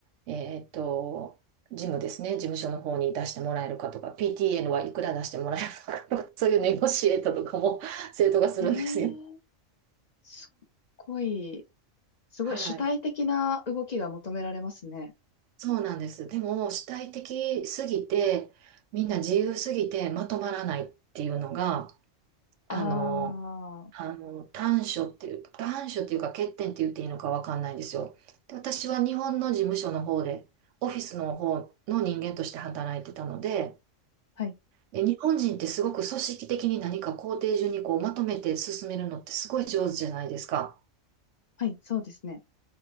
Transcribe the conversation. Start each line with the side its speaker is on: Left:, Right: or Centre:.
Right: えっと、事務ですね、事務所の方に出してもらえるかとか、p t n はいくら出してもらえるのかとか、<laughs> そういうネゴシエートとかも <laughs> 生徒がするんですよ。
Left: へえ、すっごい、すごい主体的な動きが求められますね。
Right: はい。そうなんです。でも、主体的すぎて、みんな自由すぎてまとまらないっていうのが、
Left: ああ、
Right: あの、あの、短所っていう、短所っていうか欠点って言っていいのかわかんないんですよ。で、私は日本の事務所の方で、オフィスの方の人間として働いてたので、
Left: はい、
Right: で、日本人ってすごく組織的に何か工程順にこうまとめて進めるのってすごい上手じゃないですか。
Left: はい、そうですね。